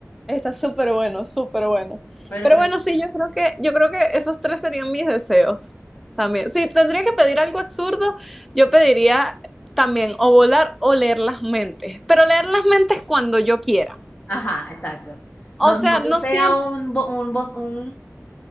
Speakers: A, in the centre; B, on the left.
A: Está súper bueno, súper bueno.
B: Pero
A: Pero
B: creo.
A: bueno, sí, yo creo que, yo creo que esos tres serían mis deseos también. Si tendría que pedir algo absurdo, yo pediría también o volar o leer las mentes. Pero leer las mentes cuando yo quiera.
B: Ajá, exacto. No,
A: O sea,
B: no que
A: no
B: sea
A: siempre
B: un, bo- un, bos- un,